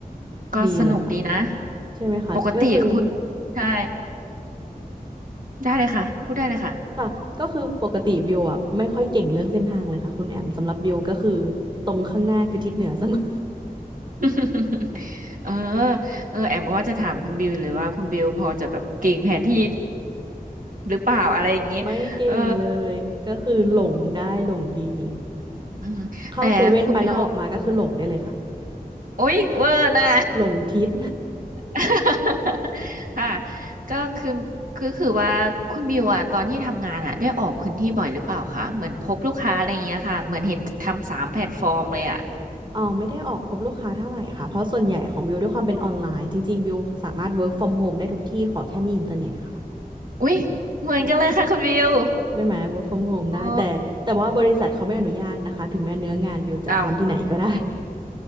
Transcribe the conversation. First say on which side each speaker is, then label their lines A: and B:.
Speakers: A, on the right (about 65°); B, on the right (about 30°).
A: ก็สนุกดีนะ
B: ดีเลยค่ะใช่ไหมคะก็คือ
A: ปกติคุณใช่ได้เลยค่ะพูดได้เลยค่ะ
B: ค่ะก็คือปกติบิวอ่ะไม่ค่อยเก่งเรื่องเส้นทางเลยค่ะคุณแอมสำหรับบิวก็คือตรงข้างหน้าคือทิศเหนือเสมอ
A: <laughs>
B: <laughs>
A: เออเออแอมกว่าจะถามคุณบิวเลยว่าคุณบิวพอจะแบบเก่งแผนที่หรือเปล่าอะไรอย่างนี้เออ
B: ไม่ไม่เก่งเลยก็คือหลงได้หลงดี
A: อืมแต่คุณบิว
B: เข้าเซเว่นไปแล้วออกมาก็คือหลงได้เลยค่ะ
A: โอ๊ยเวอร์นะ
B: หลงทิศ
A: <laughs> ค่ะก็คือคือคือว่าคุณบิวอะตอนที่ทำงานอะได้ออกพื้นที่บ่อยหรือเปล่าคะเหมือนพบลูกค้าอะไรอย่างเงี้ยค่ะเหมือนเห็นทำสามแพลตฟอร์มเลยอะ
B: อ๋อไม่ได้ออกพบลูกค้าเท่าไหร่ค่ะเพราะส่วนใหญ่ของบิวด้วยความเป็นออนไลน์จริงๆบิวสามารถ work from home ได้ทุกที่ขอแค่มีอินเทอร์เน็ตค่ะ
A: อุ๊ยเหมือนกันเลยค่ะคุณบิว
B: ใช่ไหม work from home
A: โอ้
B: ได้แต่แต่ว่าบริษัทเขาไม่อนุญาตนะคะถึงแม้เนื้องานบิวจะทำที่ไหนก็ได้
A: อ้าว